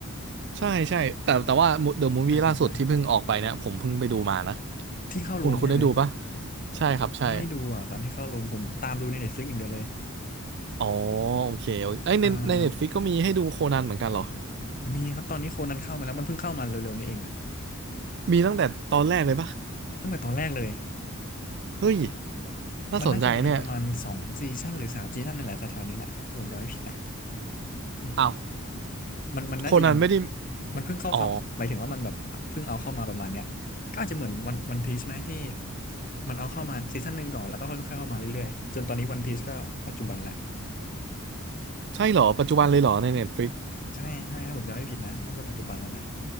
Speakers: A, on the right; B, on the left.
A: ใช่ใช่แต่แต่ว่า The Movie
B: อ่าอ่าอ่า
A: ล่าสุดที่เพิ่งออกไปเนี่ยผมเพิ่งไปดูมานะ
B: ที่เข้าโรงใช่ไหม
A: คุณคุณได้ดูปะใช่ครับใช่
B: ไม่ได้ดูอ่ะตอนที่เข้าโรงผมตามดูใน Netflix อย่างเดียวเลย
A: อ๋อโอเคโอเคเอ้ยในใน
B: อ่าอ่า
A: Netflix ก็มีให้ดูโคนันเหมือนกันเหรอ
B: มีครับตอนนี้โคนันเข้ามาแล้วมันเพิ่งเข้ามาเร็วๆนี้เองแหละ
A: มีตั้งแต่ตอนแรกเลยปะ
B: ตั้งแต่ตอนแรกเลย
A: เฮ้ยน่าสนใจเนี่ย
B: มันน่าจะมีประมาณสองซีซั่นหรือสามซีซั่นนี่นแหละแถวๆนี้แหละถ้าผมจำไม่ผิดนะอืม
A: อ้าว
B: มันมันน่าจะยัง
A: โคนันไม่ได้
B: มันเพิ่งเข้าเข้าหมายถึงว่ามันแบบเพิ่งเอาเข้ามาประมาณเนี้ยก็อาจจะเหมือนวันวันพีชไหมที่
A: อ๋อ
B: มันเอาเข้ามาซีซั่นหนึ่งก่อนแล้วก็ค่อยๆเข้ามาเรื่อยๆจนตอนนี้วันพีชก็ปัจจุบันแหละ
A: ใช่เหรอปัจจุบันเลยเหรอใน Netflix
B: ใช่ใช่ถ้าผมจำไม่ผิดนะน่าจะปัจจุบันแล้วนะ